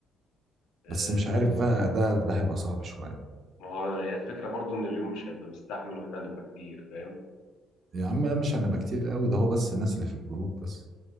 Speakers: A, on the left (about 85°); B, on the right (about 40°).
A: آه،
B: بس مش
A: ن-
B: عارف بقى ده ده هيبقى صعب شويه
A: ما هو هي الفكرة برضو ان اليوم مش هيبقى مستحمل واحنا هنبقى كتير فاهم؟
B: يا عم لا مش هنبقى كتير قوي ده هو بس الناس اللي في الجروب بس